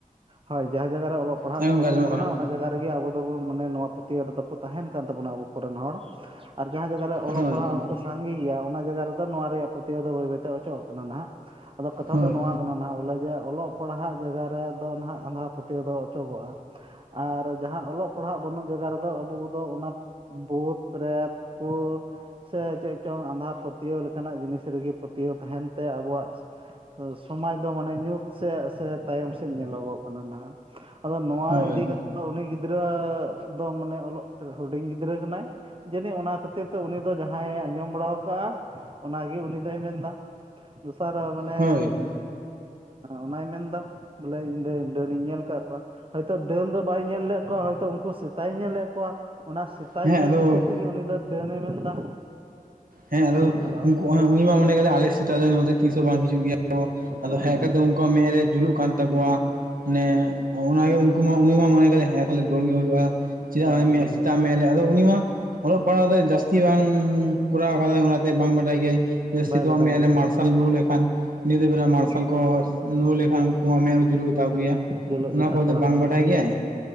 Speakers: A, on the right (about 40°); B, on the right (about 75°).
A: ᱦᱳᱭ ᱡᱟᱦᱟᱸ ᱡᱟᱭᱜᱟ ᱨᱮ ᱚᱞᱚᱜ ᱯᱟᱲᱦᱟᱜ
B: ᱦᱮᱸ
A: ᱠᱚ
B: ᱜᱚᱝᱠᱮ
A: ᱵᱟᱠᱚ
B: ᱟᱸᱡᱚᱢᱚᱜ
A: ᱛᱟᱦᱮᱱᱟ
B: ᱠᱟᱱᱟ
A: ᱚᱱᱟ ᱡᱟᱭᱜᱟ ᱨᱮᱜᱮ ᱟᱵᱚ ᱫᱚᱵᱚᱱ ᱢᱟᱱᱮ ᱱᱚᱣᱟ ᱯᱟᱹᱛᱭᱟᱹᱣ ᱨᱮ ᱫᱚ ᱠᱚ ᱛᱟᱦᱮᱱ ᱠᱟᱱ ᱛᱟᱵᱚᱱᱟ ᱟᱵᱚᱼᱼ ᱠᱚᱨᱮᱱ ᱦᱚᱲ, ᱟᱨ ᱡᱟᱦᱟᱸ ᱡᱟᱭᱜᱟ ᱨᱮ ᱚᱞᱚᱜ
B: ᱦᱳᱭ
A: ᱯᱟᱲᱦᱟᱜ ᱦᱚᱲᱼᱼ ᱠᱚ ᱥᱟᱸᱜᱮ ᱜᱮᱭᱟ ᱚᱱᱟ ᱡᱟᱭᱜᱟ ᱨᱮᱫᱚ ᱱᱚᱣᱟ ᱨᱮᱭᱟᱜ ᱯᱟᱹᱛᱭᱟᱹᱣ ᱫᱚ ᱵᱟᱹᱭ ᱵᱟᱹᱭᱛᱮ ᱚᱪᱚᱜ ᱠᱟᱱᱟ ᱱᱟᱦᱟᱜ ᱟᱫᱚ ᱠᱟᱛᱷᱟ
B: ᱦᱳᱭ
A: ᱫᱚ ᱱᱚᱣᱟᱼᱼ ᱚᱱᱟ ᱱᱟᱦᱟᱜ ᱵᱚᱞᱮ ᱡᱮ ᱚᱞᱚᱜ ᱯᱟᱲᱦᱟᱜ ᱡᱟᱭᱜᱟ ᱨᱮᱫᱚ ᱱᱟᱦᱟᱸᱜ ᱟᱸᱫᱷᱟ ᱯᱟᱹᱛᱭᱟᱹᱣ ᱫᱚ ᱚᱪᱚᱜᱚᱜᱼᱟ ᱟᱨ ᱡᱟᱦᱟᱸ ᱚᱞᱚᱜ ᱯᱟᱲᱦᱟᱜ ᱵᱟᱹᱱᱩᱜ ᱡᱟᱭᱜᱟ ᱨᱮᱫᱚ ᱟᱵᱚ ᱫᱚ ᱚᱱᱟᱼᱼ ᱵᱷᱩᱛ ᱨᱮᱛ <unintelligible> ᱠᱚ ᱥᱮ ᱪᱮᱜ ᱪᱚᱝ ᱟᱸᱫᱷᱟ ᱯᱟᱹᱛᱤᱭᱟᱹᱣ ᱞᱮᱠᱟᱱᱟᱜ ᱡᱤᱱᱤᱥ ᱨᱮᱜᱮ ᱯᱟᱹᱛᱤᱭᱟᱹᱣ ᱛᱟᱦᱮᱱ ᱛᱮ ᱟᱵᱚᱣᱟᱜ ᱥᱚᱢᱟᱡᱽ ᱫᱚ ᱢᱟᱱᱮ ᱧᱩᱛ ᱥᱮᱜ ᱥᱮ ᱛᱟᱭᱚᱢ ᱥᱮᱜ ᱧᱮᱞᱚᱜᱚᱜ ᱠᱟᱱᱟ ᱱᱟᱦᱟᱜ ᱟᱫᱚ ᱱᱚᱣᱟ
B: ᱦᱳᱭ
A: ᱤᱫᱤ ᱠᱟᱛᱮ ᱟᱫᱚ ᱩᱱᱤ ᱜᱤᱫᱽᱨᱟᱹ ᱫᱚ ᱢᱟᱱᱮ ᱚᱞᱚᱜ ᱦᱩᱰᱤᱧ ᱜᱤᱫᱽᱨᱟᱹ ᱠᱟᱱᱟᱭ ᱡᱟᱹᱱᱤᱡ ᱚᱱᱟ ᱠᱷᱟᱹᱛᱤᱨ ᱛᱮ ᱩᱱᱤ ᱫᱚ ᱡᱟᱦᱟᱸᱭ ᱟᱸᱡᱚᱢ ᱵᱟᱲᱟᱣᱠᱟᱜ ᱟ ᱚᱱᱟᱜᱮ ᱩᱱᱤ ᱫᱚᱭ ᱢᱮᱱᱫᱟ ᱫᱚᱥᱟᱨ ᱢᱟᱱᱮ
B: ᱦᱳᱭ
A: ᱚᱱᱟᱭ ᱢᱮᱱᱫᱟ ᱵᱚᱞᱮ ᱤᱧ ᱫᱚ ᱰᱟᱹᱱ ᱤᱧ ᱧᱮᱞ ᱠᱟᱜ ᱠᱚᱣᱟ ᱦᱚᱭᱛᱚ ᱰᱟᱹᱱ ᱫᱚ ᱵᱟᱭ ᱧᱮᱞ ᱞᱮᱜ ᱠᱚᱣᱟ ᱦᱚᱭᱛᱚ ᱩᱱᱠᱩ ᱥᱮᱛᱟᱭ ᱧᱮᱞ ᱞᱮᱜ ᱠᱚᱣᱟ ᱚᱱᱟ ᱥᱮ ᱥᱮᱛᱟᱭ
B: ᱦᱮᱸ
A: ᱧᱮᱞ
B: ᱟᱫᱚ
A: ᱠᱷᱟᱹᱛᱤᱨ ᱛᱮᱜᱮ ᱩᱱᱤᱫᱚ ᱰᱟᱹᱱᱮ ᱢᱮᱱᱫᱟ
B: ᱦᱮᱸ ᱟᱫᱚ
A: ᱦᱮᱞᱳ
B: ᱩᱱᱠᱩ ᱚᱱᱟ ᱩᱱᱤ ᱢᱟ ᱚᱰᱮ ᱜᱮᱞᱮ ᱟᱞᱮ ᱥᱮᱛᱟ ᱞᱮ ᱱᱚᱛᱮ ᱛᱤᱥ ᱦᱚᱸ ᱵᱟᱝ ᱦᱤᱡᱩᱜ ᱜᱮᱭᱟ ᱟᱫᱚ
A: ᱦᱮᱸ
B: ᱦᱮᱜ
A: ᱦᱮᱸ
B: ᱠᱟᱛᱮᱜ ᱩᱱᱠᱩᱣᱟᱜ ᱢᱮᱜ ᱨᱮ ᱡᱩᱞᱩᱜ ᱠᱟᱱ ᱛᱟᱠᱚᱣᱟ ᱢᱟᱱᱮ ᱚᱱᱟᱜᱮ ᱩᱱᱠᱩ ᱢᱟ ᱩᱱᱤ ᱢᱟ ᱢᱚᱱᱮ ᱠᱟᱫᱟᱭ ᱦᱮᱸ ᱵᱚᱞᱮ ᱵᱟᱹᱱ ᱜᱮ ᱦᱩᱭᱩᱜ ᱟ <unintelligible> ᱪᱮ
A: ᱰᱟᱹᱱ ᱜᱮ
B: ᱥᱮᱛᱟ
A: ᱦᱩᱭ ᱫᱟᱲᱮᱭᱟᱜᱼᱟ
B: ᱢᱮᱜ ᱨᱮ ᱟᱫ ᱩᱱᱤ ᱢᱟ ᱚᱞᱚᱜ ᱯᱟᱲᱦᱟᱣ ᱫᱚ ᱡᱟᱹᱥᱛᱤ ᱵᱟᱝ ᱠᱚᱨᱟᱣ ᱠᱟᱫᱟᱭ ᱚᱱᱟᱛᱮ ᱵᱟᱝ ᱵᱟᱰᱟᱭ ᱜᱮᱭᱟᱭ ᱡᱟᱹᱥᱛᱤ
A: ᱵᱟᱭ
B: ᱫᱚ
A: ᱵᱟᱰᱟᱭ
B: ᱢᱮᱜ
A: ᱜᱮᱭᱟ
B: ᱨᱮ ᱢᱟᱨᱥᱟᱞ
A: ᱦᱮᱸ
B: ᱵᱚᱞᱚ ᱞᱮᱠᱷᱟᱱ ᱧᱤᱫᱟᱹ ᱵᱮᱲᱟ
A: ᱦᱩᱸ
B: ᱢᱟᱨᱥᱟᱞ ᱠᱚ ᱱᱩ ᱞᱮᱠᱷᱟᱱ ᱩᱱᱠᱩᱢᱟ ᱢᱮᱜ ᱠᱚ ᱡᱩᱞᱩᱜ ᱜᱮᱛᱟ ᱠᱚ ᱜᱮᱭᱟ
A: ᱡᱩᱞᱩᱜ
B: ᱚᱱᱟ
A: ᱜᱮᱛᱟ
B: ᱠᱚ
A: ᱠᱚᱣᱟ
B: ᱫᱚ ᱵᱟᱝ
A: ᱦᱮᱸ
B: ᱵᱟᱰᱟᱭ ᱜᱮᱭᱟᱭ